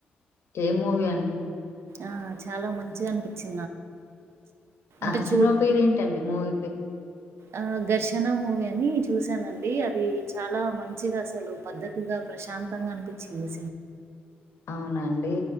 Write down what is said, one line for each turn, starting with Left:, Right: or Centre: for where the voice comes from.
Left: ఏ మూ అండి
Right: ఆహ్ చాలా మంచిగా అనిపించింది నాకు. అంటే
Left: ఆ
Right: చూడు
Left: సినిమా పేరు ఏంటండి మూవీ పేరు.
Right: ఆహ్ ఘర్షణ మూవీ అని చూశానండి. అది చాలా మంచిగా అసలు పద్ధతిగా ప్రశాంతంగా అనిపించింది ఆ సినిమా.
Left: అవునండి